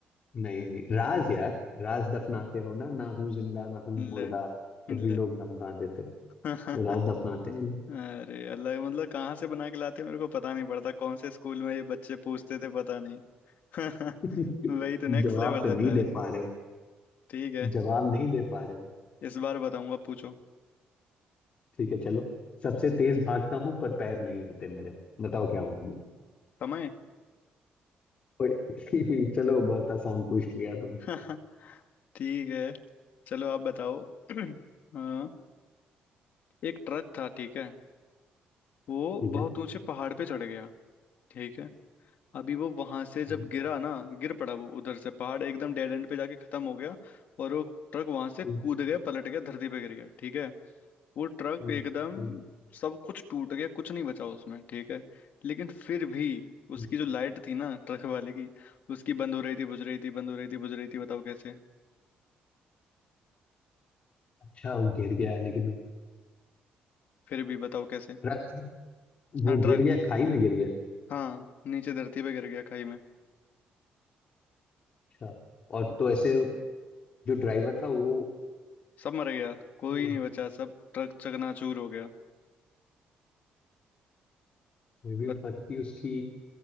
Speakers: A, on the left; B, on the left.
A: नहीं नहीं राज यार राज दफनाते हो ना ना हूँ जिंदा ना हूँ मुर्दा
B: ले
A: फिर भी
B: ले
A: लोग दफना देते
B: <laughs>
A: हो राज दफनाते हैं लोग।
B: अरे अल्लाह मतलब कहाँ से बना के लाते हैं मेरे को पता नहीं पड़ता कौन से स्कूल में ये बच्चे पूछते थे पता नहीं <laughs>
A: <laughs>
B: वही तो नेक्स्ट
A: जवाब
B: लेवल
A: तो
B: रहता
A: नहीं दे
B: है
A: पा रहे हो
B: ठीक है
A: जवाब नहीं दे पा रहे हो
B: इस बार बताऊंगा पूछो
A: ठीक है चलो सबसे तेज भागता हूँ पर पैर नहीं होते मेरे बताओ क्या हूँ मैं
B: समय
A: ओए, <laughs> चलो बहुत आसान पूछ लिया तुमसे
B: <laughs> ठीक है चलो आप बताओ <clears throat> हाँ एक ट्रक था ठीक है वो
A: ठीक
B: बहुत
A: है
B: ऊंचे पहाड़ पे चढ़ गया ठीक है अभी वो वहां से जब
A: हम्म,
B: गिरा ना गिर पड़ा वो उधर से पहाड़ एकदम डेड एंड पे जाके खत्म हो गया और वो ट्रक वहां से कूद
A: हम्म,
B: गया पलट गया धरती पे गिर गया ठीक है वो ट्रक
A: हम्म,
B: एकदम
A: हम्म,
B: सब कुछ टूट गया कुछ नहीं बचा उसमें ठीक है लेकिन फिर भी
A: हम्म।
B: उसकी जो लाइट थी ना ट्रक वाले की उसकी बंद हो रही थी बुझ रही थी बंद हो रही थी बुझ रही थी बताओ कैसे
A: अच्छा वो गिर गया लेकिन मैं-
B: फिर भी बताओ कैसे
A: ट्रक था
B: हाँ
A: वो
B: ट्रक
A: गिर गया खाई में गिर गया
B: हाँ नीचे धरती पे गिर गया खाई में
A: अच्छा और तो
B: हाँ,
A: ऐसे जो ड्राइवर था वो
B: सब मर गया कोई
A: अ,
B: नहीं बचा सब ट्रक चकनाचूर हो गया
A: फिर भी
B: बत
A: बत्ती उसकी